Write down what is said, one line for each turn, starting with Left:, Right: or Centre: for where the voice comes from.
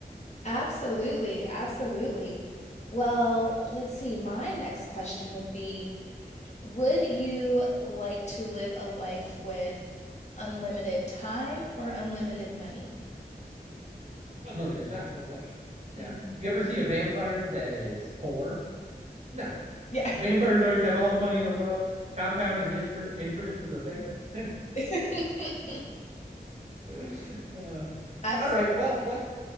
Left: Absolutely, absolutely. Well, let's see. My next question would be, would you like to live a life with unlimited time or unlimited money?
Right: Unlimited time, no question. Yeah.
Left: Mhm.
Right: You ever see a vampire that is poor? No.
Left: Yeah.
Right: Vampires always have all the money in the world. Compounding istre- interest is a thing. <laughs>
Left: <laughs>
Right: Uh,
Left: Absolutely.
Right: all right. Well, look,